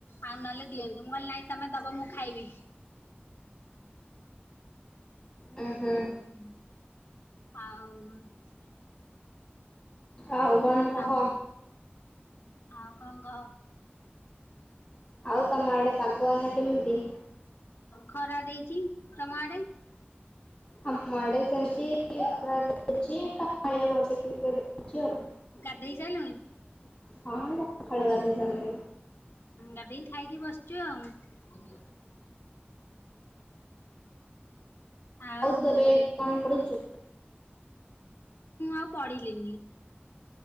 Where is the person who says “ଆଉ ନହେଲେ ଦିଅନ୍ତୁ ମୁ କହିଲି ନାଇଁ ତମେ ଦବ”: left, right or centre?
Left